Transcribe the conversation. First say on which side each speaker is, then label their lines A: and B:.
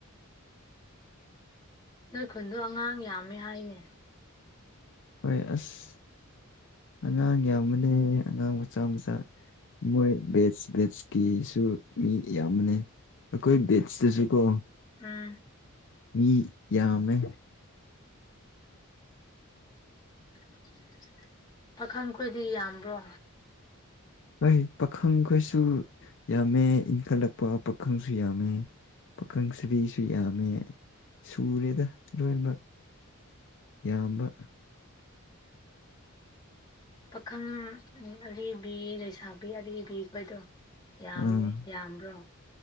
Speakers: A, on the left; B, on the left.
A: ꯅꯣꯏ ꯈꯨꯟꯗꯣ ꯑꯉꯥꯡ ꯌꯥꯝꯃꯦ ꯍꯥꯏꯅꯦ
B: ꯍꯣꯏ ꯑꯁ ꯑꯉꯥꯡ ꯌꯥꯝꯕꯅꯦ ꯑꯉꯥꯡ ꯃꯆꯥ ꯃꯆꯥ ꯃꯣꯏ ꯕꯦꯠꯁ ꯕꯦꯠꯁꯀꯤꯁꯨ ꯃꯤ ꯌꯥꯝꯌꯥꯝꯕꯅꯦ ꯑꯩꯈꯣꯏ ꯕꯦꯠꯁꯇꯁꯨ ꯀꯣ
A: ꯎꯝ
B: ꯃꯤ ꯌꯥꯝꯃꯦ
A: <inaudible> ꯄꯥꯈꯪ ꯈꯣꯏꯗꯤ ꯌꯥꯝꯕ꯭ꯔꯣ
B: ꯍꯣꯏ ꯄꯥꯈꯪꯈꯩꯁꯨ ꯌꯥꯝꯃꯦ ꯏꯟꯈꯠꯂꯛꯄ ꯄꯥꯈꯪꯁꯨ ꯌꯥꯝꯃꯦ ꯄꯥꯈꯪ ꯁꯕꯤꯁꯨ ꯌꯥꯝꯃꯦ ꯁꯨꯔꯦꯗ ꯂꯣꯏꯅꯃꯛ ꯌꯥꯝꯕ
A: ꯄꯥꯈꯪ ꯑꯔꯤꯕꯤ ꯂꯩꯁꯥꯕꯤ ꯑꯔꯤꯕꯤꯈꯣꯏꯗꯣ ꯌꯥꯝꯃꯦ
B: ꯑꯥ
A: ꯌꯥꯝꯕ꯭ꯔꯣ